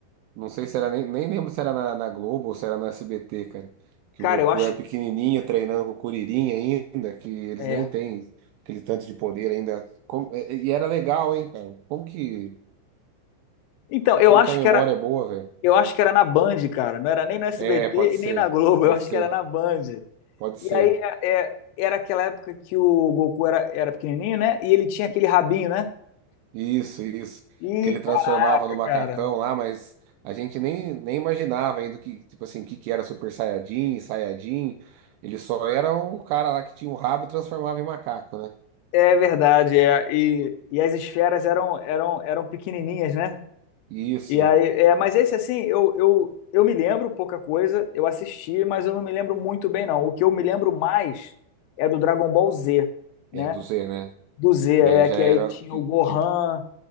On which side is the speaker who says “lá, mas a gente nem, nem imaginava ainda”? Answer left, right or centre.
Right